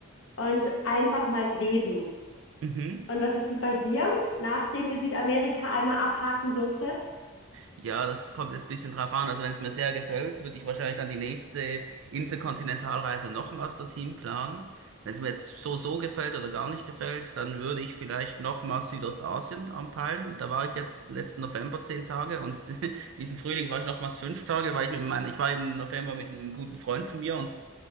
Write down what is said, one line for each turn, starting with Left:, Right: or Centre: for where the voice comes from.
Left: und einfach mal leben.
Right: Mhm.
Left: Und was ist es bei dir, nachdem ihr Südamerika einmal abhaken durftet?
Right: Ja, das kommt jetzt ein bisschen drauf an. Also wenn es mir sehr gefällt, würde ich wahrscheinlich dann die nächste Interkontinentalreise nochmals dorthin planen. Wenn es mir jetzt so so gefällt oder gar nicht gefällt, dann würde ich vielleicht nochmals Südostasien anpeilen. Da war ich jetzt letzten November zehn Tage und <laughs> diesen Frühling war ich nochmals fünf Tage, weil ich mit meiner, ich war im November mit einem guten Freund von mir und